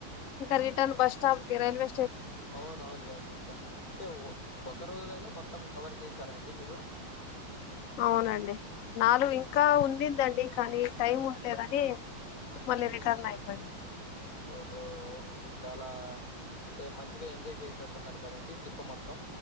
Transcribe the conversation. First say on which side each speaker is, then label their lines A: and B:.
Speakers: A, on the left; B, on the left.
A: ఇకా రిటర్న్ బస్ స్టాప్ కే రెల్వే
B: అవున అవునులేండి ఇంకా అంటే ఒక రోజులోనే మొత్తం కవర్ చేశారా అండి మీరు
A: అవునండి నాలుగు ఇంకా
B: ఉమ్.
A: ఉందిందండి కానీ టైం ఉ లేదని మళ్ళీ రిటర్న్ అయిపోయం
B: ఓ అవునండి చాలా అంటే మంచిగా ఎంజాయ్ చేసినట్టు ఉన్నారు కదండి ట్రిప్ మొత్తం